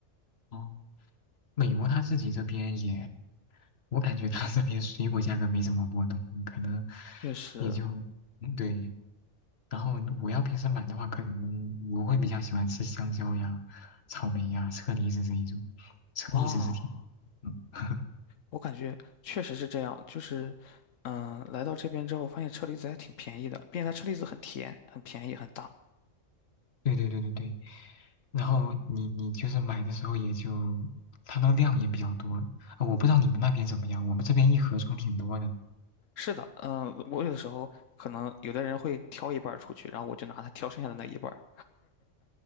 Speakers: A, on the left (about 55°); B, on the left (about 80°).
A: 哦，美国它自己这边也，我感觉它这边水果价格没怎么波动，可能
B: 确实，
A: 也就，嗯对。然后我要平时买的话，可能我会比较喜欢吃香蕉呀、草莓呀、车厘子这一种，车厘子是挺，
B: 啊，
A: 嗯，<laughs>
B: 我感觉确实是这样，就是，嗯，来到这边之后，发现车厘子还挺便宜的，并且它车厘子很甜、很便宜、很大。
A: 对对对对对。然后你你就是买的时候也就它的量也比较多，啊，我不知道你们那边怎么样，我们这边一盒装挺多的。
B: 是的，嗯，我有的时候可能有的人会挑一半儿出去，然后我就拿它挑剩下的那一半儿，